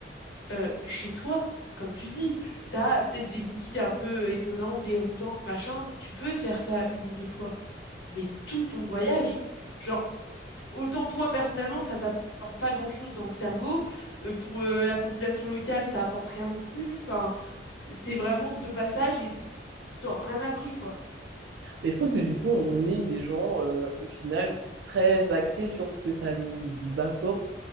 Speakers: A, on the left (about 85°); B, on the right (about 70°).
A: euh, chez toi, comme tu dis. T'as euh, peut-être des boutiques un peu euh, étonnantes, déroutantes, machin. Tu peux faire ça une ou deux fois mais tout ton voyage. Genre, autant toi personnellement, ça t'apporte pas grand-chose dans le cerveau. Euh, pour euh, la population locale, ça apporte rien non plus. Enfin, t'es vraiment de passage et t'as rien appris, quoi.
B: Mais je pense que du coup, on est des gens, euh, au final, très axés sur ce que ça nous apporte